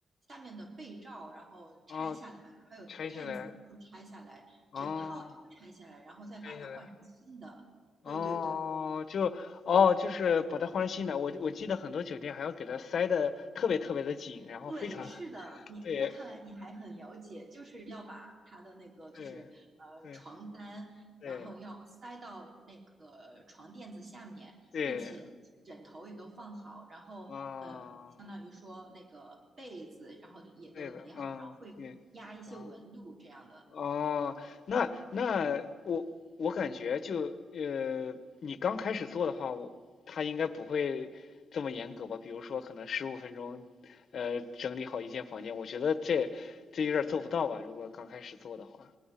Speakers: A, on the right; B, on the left.
A: 下面的被罩，然后拆下来，
B: 哦，
A: 还有垫子也都拆下来，
B: 拆下来，哦，
A: 枕套也拆下来，然后再把它换成新的。
B: 拆下来，哦，
A: 对对对。
B: 就，哦，就是把它换成新的。我我记得很多酒店还要给它塞的特别特别的紧，然后非常，
A: 对，是的，你那看来你还很了解，
B: 对，
A: 就是要把他的那个就是
B: 对，
A: 呃床单，
B: 对，对，
A: 然后要塞到那个床垫子下面，
B: 对，
A: 并且枕头也都放好，然后呃相当于说那个被子，
B: 啊，嗯
A: 然后也都叠好，
B: 对的，嗯，
A: 然后会压一些纹路这样的。
B: 对，啊。哦，那那我我感觉就呃，你刚开始做的话，我他应该不会这么严格吧？比如说，可能十五分钟，呃，整理好一间房间，我觉得这这有点儿做不到吧？如果刚开始做的话。